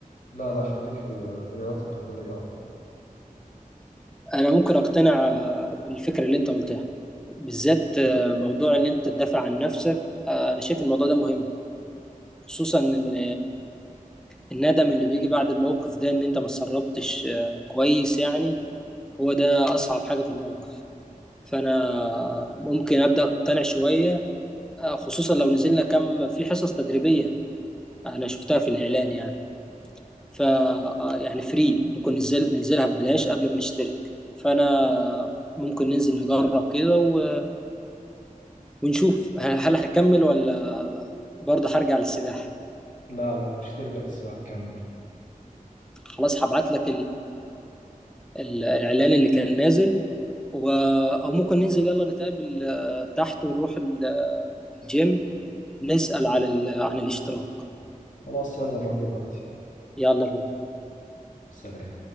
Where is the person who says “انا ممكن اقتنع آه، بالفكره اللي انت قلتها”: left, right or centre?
Centre